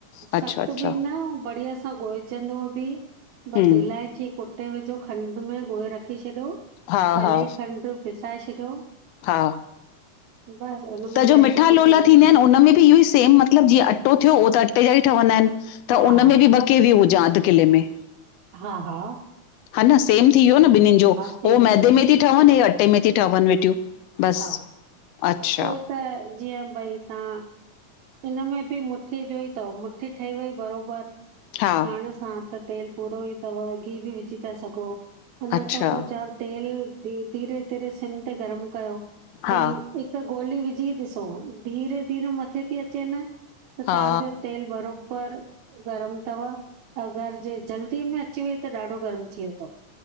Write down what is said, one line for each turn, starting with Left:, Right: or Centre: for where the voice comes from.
Right: सख़्तु
Left: अच्छा अच्छा
Right: बि न, बढ़िया सां ॻोहिजंदो ॿि बसि
Left: हम
Right: इलाही कि कुटे विझो खंडु में ॻोहे रखी छॾियो,
Left: हा
Right: पहले
Left: हा
Right: ईं खंडु पिसाए छॾियो।
Left: हा
Right: <unintelligible>
Left: त जो मिठा
Right: कुटे
Left: लोला
Right: रखिजो
Left: थींदा आहिनि, उनमें ॿि इयो ई सेम मत मतिलबु जीअं अटो थियो, उहो त अटे जा ई ठहंदा आहिनि, त
Right: हा
Left: उन
Right: हा
Left: में ॿि ॿ केविय हुजां अधु किले में?
Right: हा-हा
Left: हा न सेम थी वियो न ॿिन्हिनि जो?
Right: सेम
Left: हो मैदे
Right: सेम
Left: में थी ठहनि, हे अटे में थी ठहनि वेठियूं। बस,
Right: हा
Left: अच्छा
Right: उहो त जीअं भई तां हिननमें ॿि मुठी जोई तवं मुठी ठही वई बरोबर
Left: हा
Right: खाइण सां त तेलु पूरो ई तवं, घि ॿि विझी था सघों। हुन
Left: अच्छा
Right: खां पो जा तेल धीरे-धीरे सिम ते गरम कयो
Left: हा
Right: भई हिकु गोली विझी ॾिसो, धीरे-धीरे मथे थी अचे न त
Left: हा
Right: तव्हांजो तेल बरोबर गरम तव अगरि जे जल्दी में अची वई त ॾाढो गरम थी वियो तव।